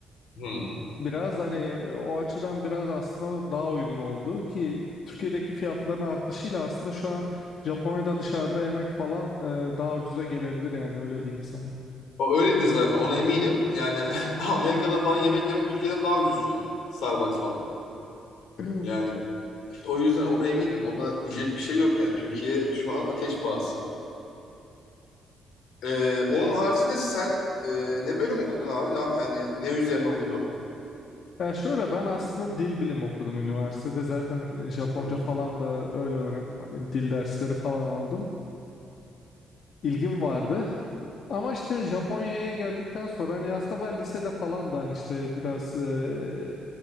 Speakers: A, on the left; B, on the left.
A: Hmm.
B: Biraz hani o açıdan biraz aslında daha uygun oldu ki Türkiye'deki fiyatların artışıyla aslında şu an Japonya'da dışarıda yemek falan e, daha ucuza gelebilir yani öyle diyeyim sana.
A: O öyledir zaten ona eminim. Yani <laughs> Amerika'da falan yemek yemek Türkiye'den daha ucuz şu an. Starbucks falan.
B: <laughs>
A: Yani o yüzden ona eminim. Ona diyecek bir şey yok yani. Türkiye şu an ateş pahası. Ee, onun haricinde sen e, ne bölüm okudun abi? Na- yani ne üzerine okudun?
B: Ya şöyle ben aslında dil bilimi okudum üniversitede. Zaten Japonca
A: Hı
B: falan da öyle öğrendim. Hani dil dersleri falan aldım. İlgim vardı. Ama işte Japonya'ya geldikten sonra hani aslında ben lisede falan da hani işte biraz eee